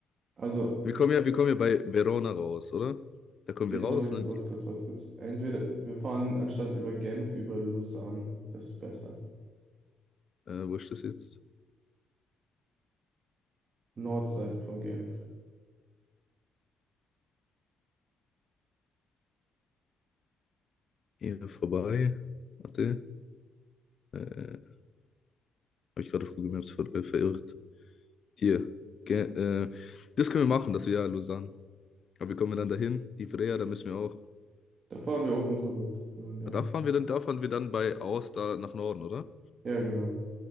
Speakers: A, on the right; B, on the left.
A: Also,
B: Wir kommen ja,
A: äh,
B: wir kommen ja bei Verona raus, oder? Da kommen
A: jetzt
B: wir raus
A: warte kurz,
B: und
A: warte kurz, warte kurz. Entweder wir fahren anstatt über Genf über Lausanne. Das ist besser.
B: dann. Äh, wo ist das jetzt?
A: Nordseite von Genf.
B: Eher vorbei. Warte. Äh, habe ich gerade auf Google Maps ver äh, verirrt. Hier. Ge äh, das können wir machen, das Jahr Lausanne. Aber wie kommen wir dann dahin? Ivrea, da müssen wir auch.
A: Da fahren wir oben drüber, über den Berg.
B: Ah, Da fahren wir dann, da fahren wir dann bei Aosta da nach Norden, oder?
A: Ja, genau.